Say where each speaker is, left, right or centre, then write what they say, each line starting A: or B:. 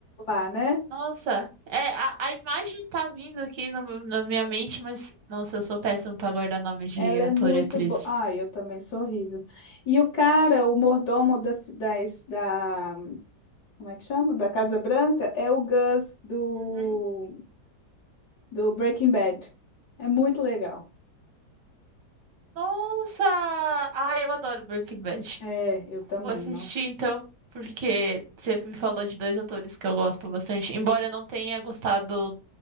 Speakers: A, on the left (about 70°); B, on the right (about 80°).
A: Lá, né?
B: Nossa, é, a, a imagem tá vindo aqui no meu- na minha mente, mas nossa, eu sou péssima pra guardar nome de
A: Ela
B: ator
A: é muito
B: e atriz.
A: boa. Ai, eu também sou horrível. E o cara, o mordomo da, ci- da, es- da. Como é que chama? Da Casa Branca, é o Gus do,
B: Uhum.
A: do Breaking Bad. É muito legal.
B: Nossa! Ai, eu adoro Breaking Bad.
A: É, eu também,
B: Vou assistir
A: nossa.
B: então, porque você me falou de dois atores que eu gosto bastante. Embora eu não tenha gostado.